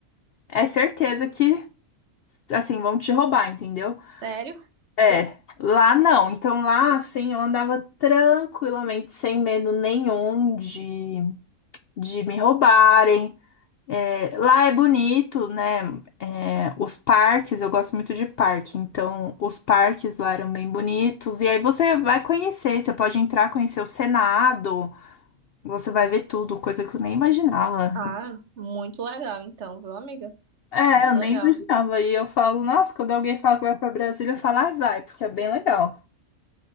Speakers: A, on the left; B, on the right.
A: é certeza que, assim, vão te roubar, entendeu?
B: Sério?
A: É, lá não. Então lá, assim, eu andava tranquilamente, sem medo nenhum de, de me roubarem. É, lá é bonito, né? É, os parques, eu gosto muito de parque, então os parques lá eram bem bonitos. E aí você vai conhecer, você pode entrar, conhecer o Senado, você vai ver tudo, coisa que eu nem imaginava.
B: Ah, muito legal, então, viu, amiga?
A: É,
B: Muito
A: eu nem
B: legal.
A: imaginava. E eu falo, nossa, quando alguém fala que vai pra Brasília, eu falo, ai, vai, porque é bem legal.